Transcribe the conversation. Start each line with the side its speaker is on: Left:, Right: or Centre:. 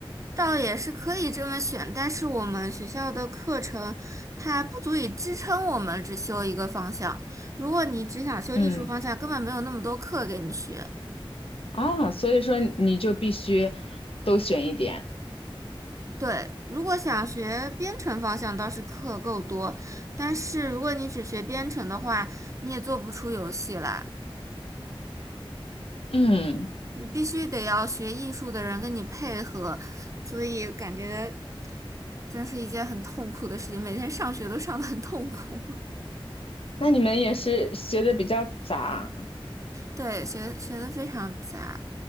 Right: 倒也是可以这么选，但是我们学校的课程它不足以支撑我们只修一个方向。如果你只想修艺术方向，
Left: 嗯，
Right: 根本没有那么多课给你学。
Left: 啊，所以说你就必须都选一点。
Right: 对，如果想学编程方向，倒是课够多，但是如果你只学编程的话，你也做不出游戏来，
Left: 嗯，
Right: 你必须得要学艺术的人跟你配合，所以感觉真是一件很痛苦的事情，每天上学都上得很痛苦。
Left: 那你们也是学的比较杂。
Right: 对，学学的非常杂。